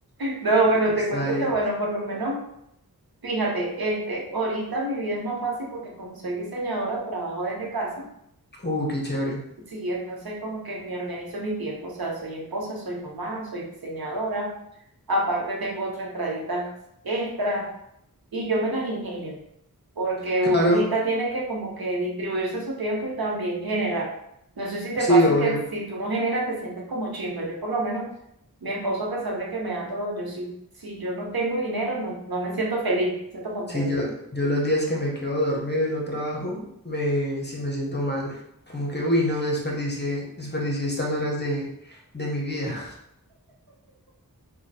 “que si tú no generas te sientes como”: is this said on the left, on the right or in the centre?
Right